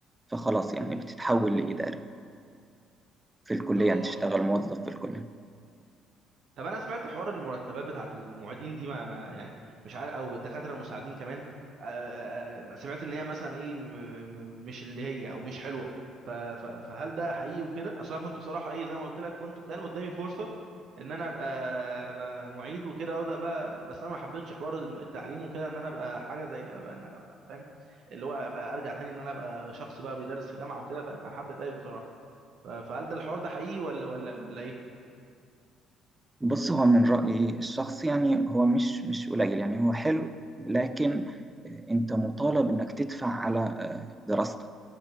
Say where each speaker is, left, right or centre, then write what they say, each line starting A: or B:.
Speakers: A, on the right (about 15°); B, on the right (about 60°).
A: فخلاص يعني بتتحول لاداري في الكليه
B: اه
A: يعني تشتغل موظف في الكليه
B: طب انا سمعت حوار المرتبات بتاعت المعيدين دي ما ما- يعني مش عارف او الدكاتره المساعدين كمان آه، آه، آه، سمعت ان هي مثلا ايه م- م- مش اللي هي او مش حلوه ف- ف- فهل ده حقيقي وكده اصل انا كنت بصراحه ايه زي ما قلت لك كنت كان قدامي فرصه ان انا ابقى ابقى معيد وكده وابدا بقى بس انا ما حبيتش حوار الم- التعليم وكده ان انا ابقى حاجه زي أبقى أنا- فاهم اللي هو ابقى ارجع تاني ان انا ابقى شخص بقى بيدرس في جامعه وكده فما حبيتهاش بصراحه ف- فهل ده الحوار ده حقيقي ولا ولا ولا ايه
A: بص هو من رايي الشخصي يعني هو مش مش قليل يعني هو حلو لكن انت مطالب انك تدفع على آه، دراستك